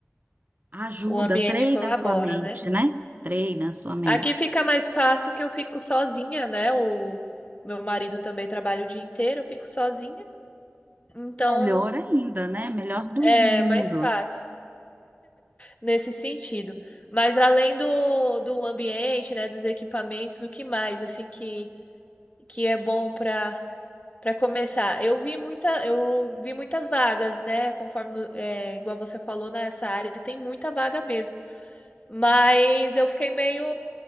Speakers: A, on the right; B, on the left.
A: ajuda,
B: o ambiente
A: treina
B: colabora,
A: a sua mente,
B: né?
A: né? Treina a sua mente.
B: Aqui fica mais fácil que eu fico sozinha, né? O meu marido também trabalha o dia inteiro, eu fico sozinha. Então,
A: Melhor ainda, né? Melhor dos
B: é
A: mundos.
B: é mais fácil nesse sentido. Mas além do, do ambiente, né, dos equipamentos, o que mais assim que, que é bom para para começar? Eu vi muita, eu vi muitas vagas, né? Conforme é, igual você falou nessa área, tem muita vaga mesmo. Mas eu fiquei meio